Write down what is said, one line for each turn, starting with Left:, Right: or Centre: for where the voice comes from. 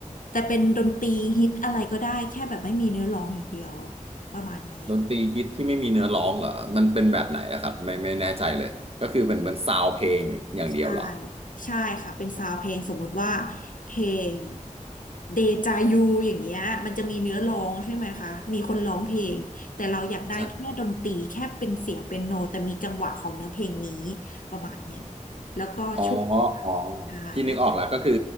Left: แต่เป็นดนตรีฮิตอะไรก็ได้แค่แบบไม่มีเนื้อร้องอย่างเดียวประมาณนี้
Right: ดนตรีฮิตที่ไม่มีเนื้อร้องเหรอมันเป็นแบบไหนนะครับไม่ไม่แน่ใจเลยก็คือมันมันซาวเพลงอย่างเดียวเหรอ
Left: ใช่ ใช่ค่ะ เป็นซาวด์เพลงสมมุติว่าเพลงเดจายูอย่างเงี้ยมันจะมีเนื้อร้องใช่ไหมคะ มีคนร้องเพลง แต่เราอยากได้แค่ดนตรีแค่เป็นเสียงเป็นโน
Right: ใช่
Left: แต่มีจังหวะของเนื้อเพลงนี้ประมาณเนี้ยแล้วก็ช่วง
Right: อ๋ออ๋อ
Left: ใช่ค่ะ
Right: ที่นึกออกแล้วก็คือ